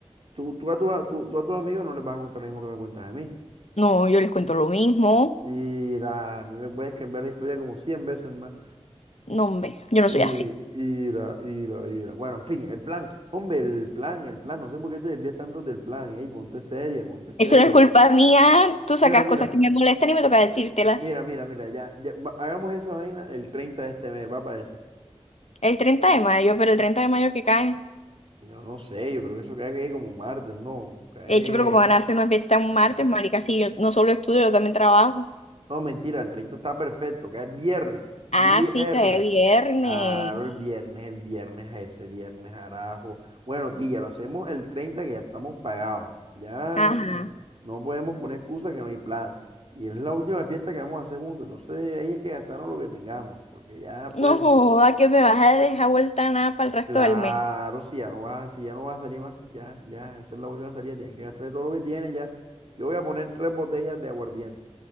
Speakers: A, on the right; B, on the left.
A: Tú, tú, a tu- a- tú- tú a tus amigos no les vas a contar lo mismo que me cuentas a mí.
B: No, yo les cuento lo mismo.
A: Y la- a mí me puedes cambiar la historia como 100 veces más.
B: No, hombre, yo no
A: Y
B: soy así.
A: ira, ira, ira. Bueno, en fin, el plan. Hombre, el plan, el plan. No sé por qué te desvías tanto del plan. Ey, ponte seria, ponte seria.
B: Eso no es culpa mía. Tú
A: Bueno,
B: sacas
A: mira,
B: cosas que me molestan y me toca decírtelas.
A: mira, mira, mira. Ya, ya, va- hagamos esa vaina el 30 de este mes. Va para esa.
B: El 30 de mayo, pero el treinta de mayo que cae.
A: Yo no sé, yo creo que eso cae como martes, no. Cae.
B: De hecho, pero como van a hacer una fiesta un martes, marica, sí, yo no solo estudio, yo también trabajo.
A: No, mentira, el 30 está perfecto, que es viernes, viernes.
B: Ah, sí, cae viernes.
A: Claro, el viernes, el viernes a ese viernes, arajo. Bueno, pilla, lo hacemos el 30 que ya estamos pagados. Ya
B: Ajá.
A: no, no podemos poner excusa que no hay plata. Y es la última fiesta que vamos a hacer juntos. Entonces ahí es que gastarnos lo que tengamos, porque ya pues
B: No joda
A: no.
B: que me vas a dejar vuelta nada para el resto
A: Claro,
B: del mes.
A: si ya no vas, si ya no vas a salir más, ya, ya, esa es la última salida, tienes que gastar todo lo que tienes ya. Yo voy a poner tres botellas de aguardiente.